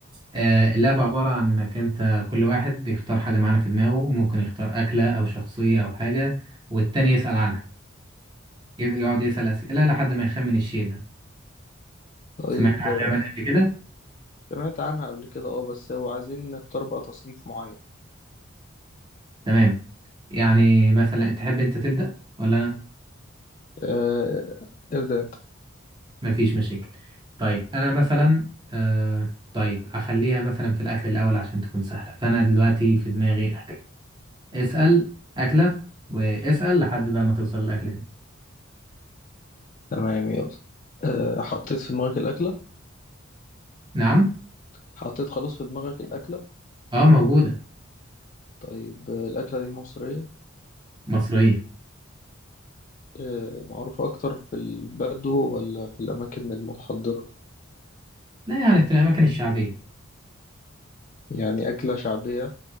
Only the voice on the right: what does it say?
آه، اللعبة عبارة عن انك انت كل واحد بيختار حاجة معانا في دماغه وممكن يختار اكلة او شخصية او حاجة والتاني يسأل عنها ي- يقعد يسأل اسئلة لحد ما يخمن الشيء ده
سمعت عن
اللعبة دي قبل كده
تمام يعني مثلا تحب انت تبدأ ولا انا
مفيش مشاكل طيب انا مثلا آه طيب هخليها مثلا في الاكل الاول عشان تكون سهله فانا دلوقتي في دماغي اكل اسال اكله واسال لحد بقى ما توصل الاكله دي
نعم
اه موجوده
مصريه
لا يعني في الاماكن الشعبيه